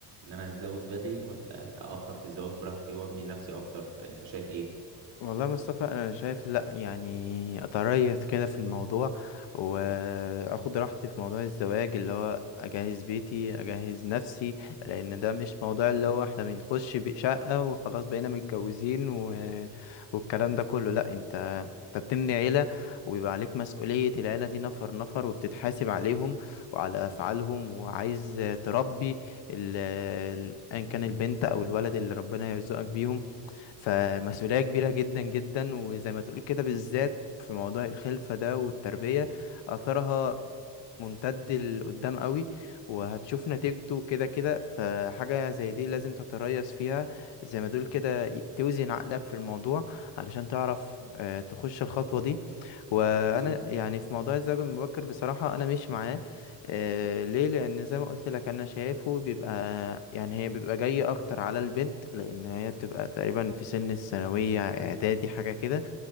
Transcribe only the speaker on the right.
ان انا اتزوج بدري ولا اخر في الزواج براحتي وابني نفسي اكتر فانت شايف ايه
بالظبط